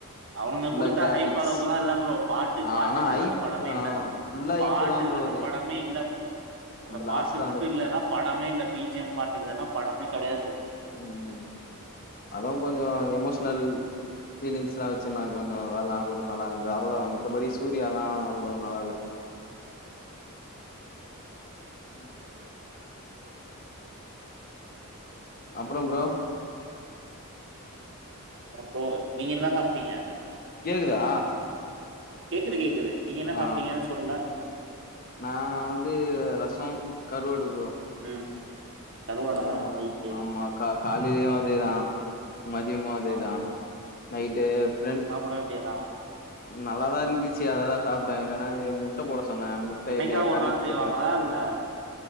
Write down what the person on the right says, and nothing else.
அவனுங்க
குடுத்த
ஹைப் அளவக்குல்லா இல்ல ப்ரோ பாட்டு
பாட்டு
இல்லன்னா
அந்த படமே
இல்ல
பாட்டு
இல்லனா
பட மே இல்ல ப்ரோ அந்த பாட்டு
மட்டு
இல்லன்னா படமே இல்ல பி ஜி எம் பாட்டு இல்லன்னா படமே கெடையாது
அப்றோ நீங்க என்ன சாப்ட்டீங்க
கேக்குது கேக்குது நீங்க என்ன
சாப்டிங்கனே சொல்ல
ம். கருவாடா?
ரைட்டு.
ஆ
மூட வேண்டியதா
என்னைக்கா
ஒரு
நாள் செய்வாங்களா?
இல்ல